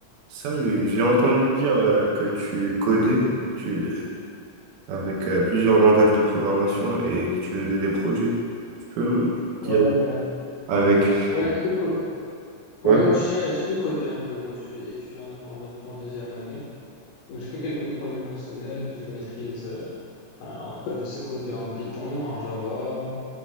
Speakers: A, on the right; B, on the left.
A: Salut, j'ai entendu dire euh, que tu codais tu, avec euh, plusieurs langages de programmation et que tu faisais des projets. Tu peux me
B: Ouais,
A: dire
B: ouais.
A: avec...
B: Ouais, je sais co- ouais,
A: Ouais,
B: ouais, je sais, je sais coder un peu. Moi, je suis étudiant en informatique en deuxième année. Donc, je fais quelques projets personnels. Je maîtrise, euh, enfin, en tout cas, je sais coder en Python, en Java,